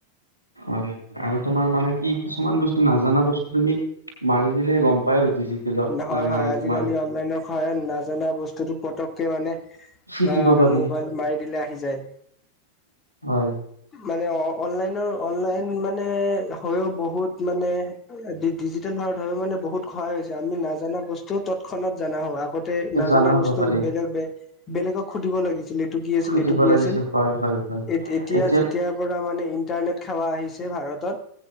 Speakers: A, on the left; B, on the left.
A: আৰু তোমাৰ মানে কি কিছুমান বস্তু নাজানা বস্তু তুমি মাৰি দিলে গম পাই আৰু ডিজিটেলত
B: হয়
A: মানে
B: হয় আজিকালি
A: তোমাৰ
B: অনলাইনৰ স নাজানা বস্তুতটো পতকে মানে <unintelligible>
A: শিকিব
B: আহ
A: পাৰি
B: মোবাইল মাৰি দিলে আহি যায়
A: হয়
B: মানে অ অনলাইনৰ অনলাইন মান মানে হৈও বহুত মানে ডিজিটেল ভাৰত হৈও মানে বহুত সহায় হৈছে আমি নাজানা বস্তু ত খনত জনা হোৱা আগতে নাজানা
A: জানা
B: বস্তু
A: হ'ব পাৰি
B: বেলেগে বেলেগক সুধিব লাগিছিল এইটো কি আছিল
A: খুজিব
B: এইটো কি
A: লাগিছিল
B: আছিল
A: হয় হয় হয়
B: এত এত
A: এতিয়া
B: যেতিয়া পৰা মানে ইণ্টাৰনেট সেৱা আহিছে ভাৰতৰ,